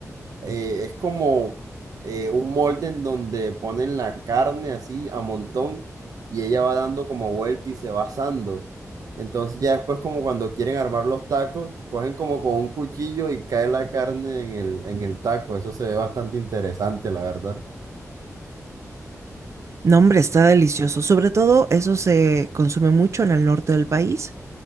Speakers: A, on the right; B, on the right.
A: eh, es como eh, un molde en donde ponen la carne así a montón y ella va dando como vuelta y se va asando. Entonces ya después como cuando quieren armar los tacos, cogen como con un cuchillo y cae la carne en el, en el taco. Eso se ve bastante interesante, la verdad.
B: No, hombre, está delicioso. Sobre todo eso se consume mucho en el norte del país.